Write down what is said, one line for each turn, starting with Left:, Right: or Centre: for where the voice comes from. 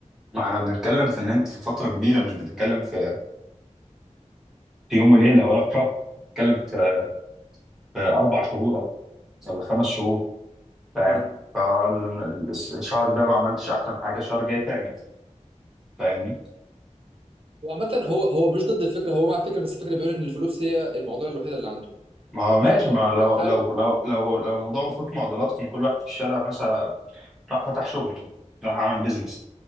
Centre: ما احنا بنتكلم في ان انت في فترة كبيرة مش بتتكلم في في يوم وليلة ولا في شهر بتتكلم في في اربع شهور ولا خمس شهور فاهم
Right: امم
Centre: فالشهر ده ما عملتش احسن حاجة الشهر الجاي تعمل فاهمني
Right: وعامه هو هو مش ضد الفكره هو مع الفكره بس الفكره بيقول ان الفلوس هي المعضله الوحيده اللي عنده
Centre: ما هو ماشي
Right: فقال
Centre: ما
Right: هو
Centre: لو
Right: هيحاول
Centre: لو لو لو لو الموضوع مفروض معضلات كان كل واحد في الشارع مثلا راح فتح شغل راح عمل بيزنس